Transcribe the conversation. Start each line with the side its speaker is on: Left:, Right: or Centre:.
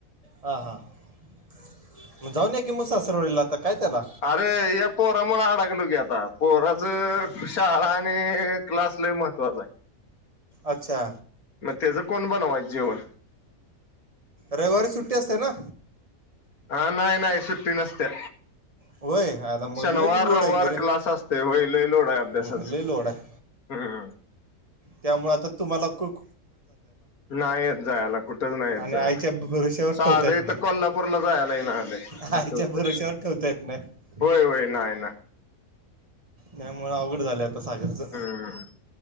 Right: हा हा जाऊन या की मग सासरवाडीला आता काय त्याला.
Left: अरे या पोरा मुळ अडकलो की आता पोराच शाळा आणि क्लास लय महत्वाचा आहे.
Right: अच्छा
Left: मग त्याचं कोण बनवायचं जेवण?
Right: रविवारी सुट्टी असते ना?
Left: हा नाही नाही सुट्टी नसते.
Right: होय आला मग
Left: शनिवार
Right: लय लोड
Left: रविवार
Right: आहे की रे
Left: क्लास असते होय लई लोढ आहे
Right: हम्म,
Left: अभ्यासाच.
Right: लय लोड आहे
Left: हम्म
Right: त्यामुळे आता तुम्हाला खूप
Left: नाही येत जायला कुठच नाही येत
Right: आणि
Left: जायला
Right: आईच्या भरोश्यावर
Left: साध
Right: ठेवता येत
Left: हिथं
Right: नाही
Left: कोल्हापूरला जायला येई ना झाले
Right: आईच्या
Left: अस होते
Right: भरोश्यावर ठेवता येत नाही
Left: होय होय नाही ना
Right: नाहीमुळ अवघड झालं आता सागरचं
Left: हम्म